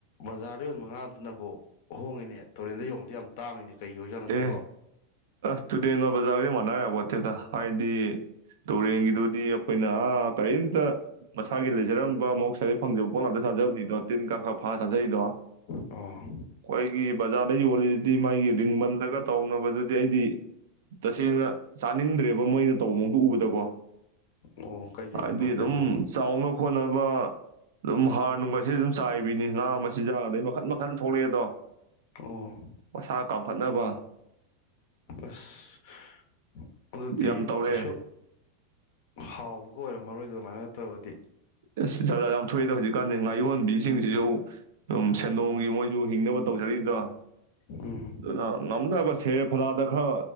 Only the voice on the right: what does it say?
ꯑꯦ ꯑꯁ ꯇꯨꯔꯦꯟꯒ ꯕꯖꯥꯔꯒꯗꯤ ꯃꯥꯟꯅꯕ ꯌꯥꯄꯣꯠꯇꯦꯗ ꯍꯥꯏꯗꯤ ꯇꯨꯔꯦꯟꯒꯤꯗꯨꯗꯤ ꯑꯩꯈꯣꯏꯅ ꯑꯥ ꯀꯔꯤꯝꯇ ꯃꯁꯥꯒꯤ ꯂꯩꯖꯔꯝꯕ ꯑꯗꯩ ꯐꯪꯡꯖꯕ ꯄꯣꯠ ꯉꯥꯛꯇ ꯆꯥꯖꯕꯅꯤꯗꯣ ꯇꯤꯟ ꯀꯥꯡ ꯈꯔꯥ ꯐꯥ ꯐꯔꯥ ꯗꯩꯗꯣ
ꯑꯩꯈꯣꯏꯒꯤ ꯕꯖꯥꯔꯗ ꯍꯣꯂꯤ ꯗꯨꯗꯤ ꯃꯥꯥꯏꯒꯤ ꯔꯤꯡꯃꯟ ꯂꯒ ꯇꯧꯅꯕꯗꯨꯗꯤ ꯑꯩꯗꯤ ꯇꯁꯦꯡꯅ ꯇꯥꯅꯤꯡꯗ꯭ꯔꯦꯕ ꯃꯣꯏꯗ ꯇꯧꯃꯕꯨ ꯎꯕꯗꯀꯣ
ꯍꯥꯏꯕꯗꯤ
ꯑꯗꯨꯝ
ꯆꯥꯎꯅ ꯈꯣꯠꯅꯕ ꯑꯗꯨꯝ ꯍꯥꯔ ꯅꯨꯡꯒꯁꯦ ꯑꯗꯨꯝ ꯆꯥꯏꯕꯤꯅꯦ ꯉꯥ ꯃ ꯆꯤꯟꯖꯥ ꯑꯗꯩ ꯃꯈꯟ ꯃꯈꯟ ꯊꯣꯛꯂꯛꯑꯦꯗꯣ
ꯃꯁꯥ ꯀꯥꯎ ꯍꯣꯠꯅꯕ <inaudible>
ꯌꯥꯝ ꯇꯧꯔꯦ
ꯑꯁ ꯖꯥꯠ ꯖꯥꯠ ꯌꯥꯝ ꯊꯣꯛꯏꯗ ꯍꯧꯖꯤꯛ ꯀꯥꯟꯗꯦ ꯉꯥ ꯌꯣꯟꯕꯤꯁꯤꯡꯁꯤꯁꯨ ꯑꯗꯨꯝ ꯁꯦꯟꯗꯣꯡ ꯒꯤ ꯃꯣꯏꯁꯨ ꯍꯤꯡꯅꯕ ꯇꯧꯖꯔꯛꯏꯗꯣ ꯑꯗꯨꯅ
ꯉꯝꯅꯕ ꯁꯦꯔꯦ ꯐꯂꯗ ꯈ꯭ꯔ